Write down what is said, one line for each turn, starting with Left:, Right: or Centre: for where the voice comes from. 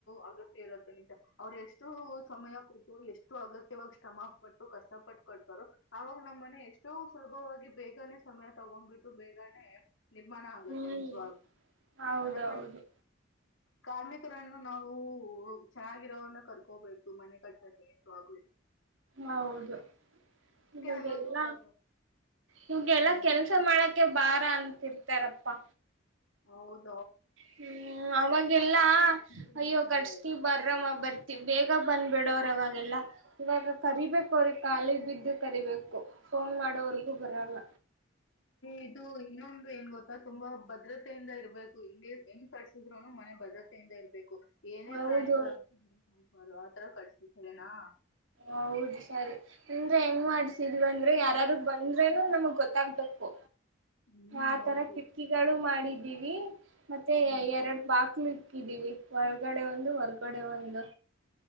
Left: ಅಗತ್ಯ ಇರುತ್ತೆ ನಿಜ ಅವ್ರು ಎಷ್ಟು ಸಮಯ ಕೂತೋ ಎಷ್ಟು ಅಗತ್ಯವಾಗಿ ಶ್ರಮ ಪಟ್ಟು ಕಷ್ಟ ಪಟ್ಟ ಕೊೊಡ್ತಾರರು ಆಾಗ ನಮ್ಮ್ ಮನೆ ಎಷ್ಟೋ ಸುಲಭವಾಗಿ ಬೇಗನೆ ಸಮಯ ತಗೊಂಡ್ಬಿಟ್ಟು ಬೇಗಾನನೆ ನಿರ್ಮಾಣ ಆಗತ್ತೆ
Right: ಹ್ಮ್
Left: ನಿಜವಾಗಿ
Right: ಹೌದೌದು
Left: ಅದಕ್ಕಂತ ಕಾರ್ಮಿಕರನ್ನು ನಾವು ಚೆನ್ನಾಗಿರೋನ್ನ ಕರ್ಕೋಬೇಕು ಮನೆ ಕರ್ಸಾಗೂ
Right: ಹೌದು ನಿವಾಗಲ್ಲಾ
Left: ಅನ್ನೋದು ಕ-
Right: ನಿವಗೆಲ್ಲಾ
Left: ಹ್ಮ್ ಹ್ಮ್
Right: ಕೆಲ್ಸ ಮಾಡಕ್ಕೆೆ ಬಾ ಅಂತಿರ್ತಾರಪ್ಪಾ
Left: ಹೌದು
Right: ಹ್ಮ್ ಅವಾಗೆಲ್ಲಾ
Left: ತೋರಿಸ್ತಾರೆ
Right: ಅಯ್ಯೋ ಕಟ್ಸ್ತಿೀ ಬರಮ್ಮ ಬರ್ತಿ ಬೇಗ ಬಂದ್ಬಿಡೋವ್ರ ಅವವಾಗೆಲ್ಲಾ ಇವಾಗ ಕರಿಬೇಕ ಅವ್ರಿಗೆ ಕಖಾಲಿ ಬಿದ್ದು ಕರಿಬೇಕು ಫೋನ್ ಮಾಡೋವರ್ಗೂ ಬರಲ್ಲ
Left: ಇದು ಇನ್ನೊಂದು ಏನ್ ಗೊತ್ತಾ ತುಂಬಾ ಭದ್ರತೆಯಿಂದ ಇರ್ಬೇಕು ಹಿಂಗಗೆ ಹೆಂಗ್ ಕಟ್ಸಿದ್ರುನು ಮನೆ ಭದ್ರತೆಯಿಂದ ಇರ್ಬೇಕು ಏನೇ
Right: ಹೌದು
Left: ಪ್ರಾಣಿಗಳ ಆಗ್ಬಾರು ಆತರ ಕಟ್ತನಾ
Right: ಹೌದು ಸರಿ ನಿಂದ್ರೆ ಹೆಂಗ್
Left: ಹ್ಮ್
Right: ಮಾಡ್ಸಿದೀಂದ್ರೆ ಯಾರಾರು ಬಂದ್ರೆನು ನಮಗ್ ಗೊತ್ತಾಗ್ಬೇಕು
Left: ಹ್ಮ್
Right: ಆತರ
Left: ಹೌದು
Right: ಕಿಟಕಿಗಳು ಮಾಡಿದ ೀವಿ ಮತ್ತೆ
Left: ಹ್ಮ್
Right: ಎರಡು ಸ್ನಾನಗೃಹ ಹಾಕಿದೀವಿ ಹೊರ್ಗಡೆ ಒಂದು ಹೊರ್ಗಡೆ ಒಂದು